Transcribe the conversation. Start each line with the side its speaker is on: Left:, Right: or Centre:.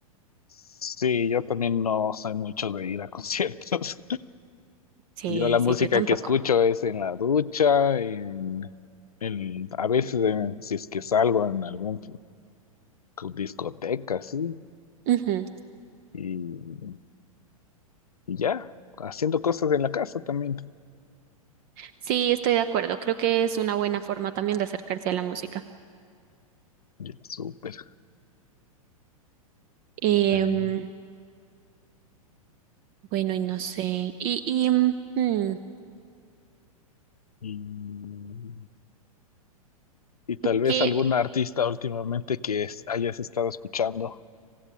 Left: Sí, yo también no soy mucho de ir a <laughs> conciertos.
Right: Sí,
Left: Yo la música
Right: sí, yo tampoco.
Left: que escucho es en la ducha, en, en- a veces en- si es que salgo en algún mm, pues, discoteca, sí,
Right: Ujú.
Left: y, y ya, haciendo cosas en la casa también.
Right: Sí, estoy de acuerdo. Creo que es una buena forma también de acercarse a la música.
Left: Ya, súper.
Right: Em,
Left: Sí.
Right: bueno, y no sé. Y, y mm, hmm,
Left: Y, y tal vez
Right: que,
Left: algún artista últimamente que es- hayas estado escuchando.